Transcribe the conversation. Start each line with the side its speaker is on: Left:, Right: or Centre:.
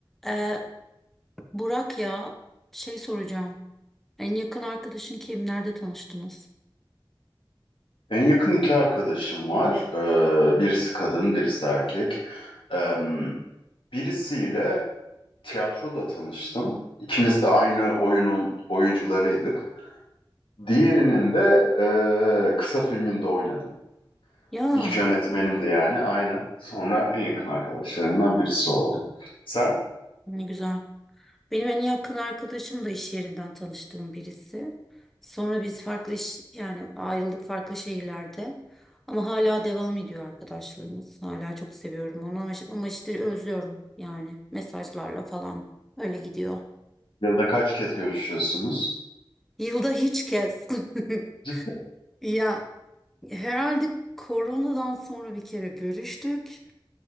Centre: Ee, Burak ya şey soracağım. En yakın arkadaşın kim? Nerede tanıştınız?
Left: En yakın iki arkadaşım var. Ee, birisi kadın, birisi erkek. Ee, birisiyle tiyatroda tanıştım. İkimiz de aynı oyunun oyuncularıydık. Diğerinin de e, kısa filminde oynadım.
Centre: Ya
Left: İlk yönetmenimdi yani aynı. Sonra en yakın arkadaşlarımdan birisi oldum. Sen
Centre: ne güzel. Benim en yakın arkadaşım da iş yerinden tanıştığım birisi. Sonra biz farklı iş yani ayrıldık farklı şehirlerde. Ama hala devam ediyor arkadaşlığımız. Hala çok seviyorum onu ama, ama işte özlüyorum yani mesajlarla falan öyle gidiyor.
Left: yılda kaç kez görüşüyorsunuz?
Centre: Yılda hiç kez. <laughs>
Left: Ciddi
Centre: Ya herhalde koronadan sonra bir kere görüştük.